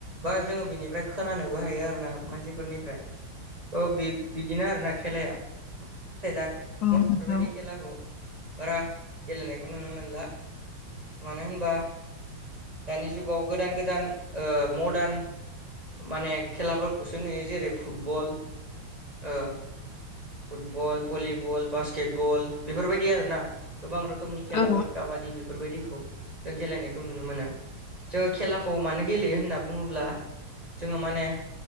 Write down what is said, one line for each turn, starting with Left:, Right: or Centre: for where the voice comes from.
Right: बा जोङो बिनिफ्राय खोनानोबो हायो आरो ना मानसिफोरनिफ्राय अ बि बिदिनो आरोना खेलाया दा
Left: औ
Right: बेफोरबायदि
Left: नंगौ
Right: खेलाखौ बारा गेलेनायखौ नुनो मोनला। मानो होनबा दानि जुगाव गोदान गोदान ओ मडार्न माने खेलाफोरखौसो नुयो जेरै फुटबल ओ फुटबल भलिबल बास्केटबल बेफोरबायदि आरोना गोबां रोखोमनि खेला
Left: औ
Right: काबादि बेफोरबायदिखौ जों गेलेनायखौ नुनो मोनो। जोङो खेलाखौ मानो गेलेयो होनना बुङोब्ला जोङो माने